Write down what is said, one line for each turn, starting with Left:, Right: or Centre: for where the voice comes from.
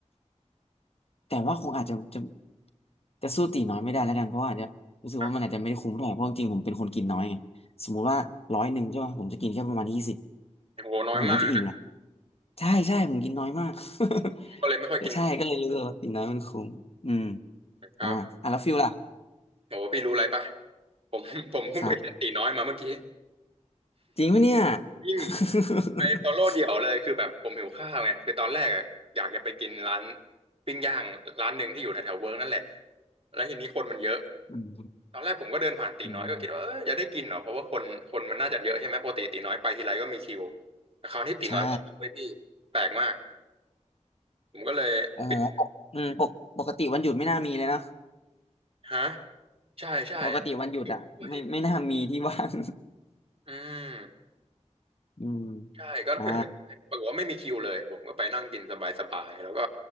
Left: แต่ว่าคงอาจจะจะจะสู้ตีน้อยไม่ได้แล้วกันเพราะว่าอาจจะรู้สึกว่ามันอาจจะไม่ได้คุ้มเท่าไหร่เพราะจริงๆผมเป็นคนกินน้อยไง
Right: อ่ะ
Left: สมมุติว่าร้อยหนึ่งใช่ป่ะผมจะกินแค่ประมาณยี่สิบ
Right: โหน้อยมาก
Left: ผมก็จะอิ่มละ ใช่ใช่ผมกินน้อยมาก <laughs>
Right: ก็เลยไม่ค่อยกิน
Left: ก็ใช่ก็เลยรู้สึกว่ากินน้อยมันคุ้มอืม
Right: ครับ
Left: อ่าอ่ะแล้วฟิลล่ะ
Right: โหพี่รู้อะไรปะผมผมเพิ่งไปแคสตีน้อยมาเมื่อกี้
Left: ครับจริงปะเนี่ย
Right: ยิ่ง
Left: <laughs>
Right: ไปโซโล่เดี่ยวเลยคือแบบผมหิวข้าวไงคือตอนแรกอะอยากจะไปกินร้านปิ้งย่างร้านหนึ่งที่อยู่แถวๆเวิร์กนั่นแหละแล้วทีนี้คนมันเยอะ
Left: อืม
Right: ตอนแรกผมก็เดินผ่านตีน้อยก็คิดว่าเออจะได้กินเหรอเพราะว่าคนคนมันน่าจะเยอะใช่ไหมปกติตีน้อยไปทีไรก็มีคิว
Left: อืม
Right: แต่คราวที่ตีน้อยก็ไม่มีแปลกมาก
Left: ใช่
Right: ผมก็เลยปิด
Left: อ๋อปกอืมปกปกติวันหยุดไม่น่ามีเลยเนาะ
Right: ฮะใช่ใช่
Left: ปกติวันหยุดอ่ะไม่ไม่น่ามีที่ว่าง
Right: ปิดด้วยอืม
Left: <laughs> อืม
Right: ใช่ก็ก็เดินปรากฏว่าไม่มีคิวเลยผมก็ไปนั่งกินสบายๆแล้วก็
Left: อ่า